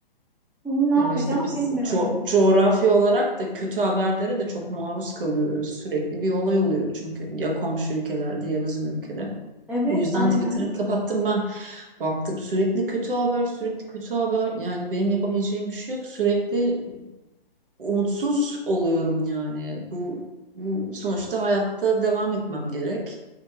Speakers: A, in the centre; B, on the right.
A: Bunu ne yapacağım
B: Ya işte biz
A: bilmiyorum.
B: co coğrafi olarak da kötü haberlere de çok maruz kalıyoruz. Sürekli bir olay oluyor çünkü ya komşu ülkelerde ya bizim ülkede.
A: Evet
B: Bu yüzden
A: aynen.
B: Twitter'ı kapattım ben. Baktım sürekli kötü haber, sürekli kötü haber. Yani benim yapabileceğim bir şey yok. Sürekli umutsuz oluyorum yani. Bu, bu sonuçta hayatta devam etmem gerek.